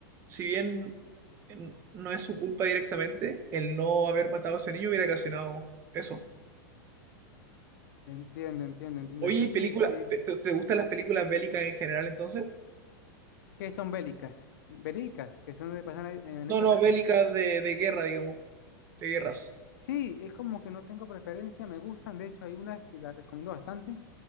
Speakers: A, on the right; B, on the left.
A: si bien en- no es su culpa directamente, el no haber matado a ese niño hubiera ocasionado eso.
B: Entiendo, entiendo, entiendo.
A: Oye,
B: Es que
A: ¿y
B: sí,
A: película,
B: sí.
A: te, te gustan las películas bélicas en general entonces?
B: que son bélicas, bélicas que son de pasan en en
A: No,
B: hechos
A: no,
B: reales.
A: bélicas de, de guerra, digamos, de guerras.
B: Sí, es como que no tengo preferencia, me gustan. De hecho, hay una que la recomiendo bastante,